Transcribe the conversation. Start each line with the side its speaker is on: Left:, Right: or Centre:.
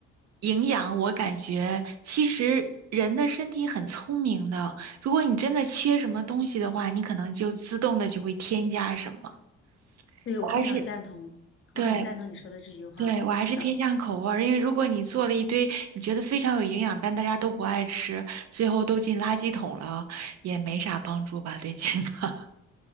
Right: 营养，我感觉其实人的身体很聪明的，如果你真的缺什么东西的话，你可能就自动的就会添加什么。
Left: 对，
Right: 我还是。
Left: 我非常赞同，
Right: 对
Left: 我很赞同你说的这句话，
Right: 对，我还是偏向口味儿，
Left: 是的。
Right: 因为如果你做了一堆你觉得非常有营养，但大家都不爱吃，最后都进垃圾桶了啊，也没啥帮助吧，对健康。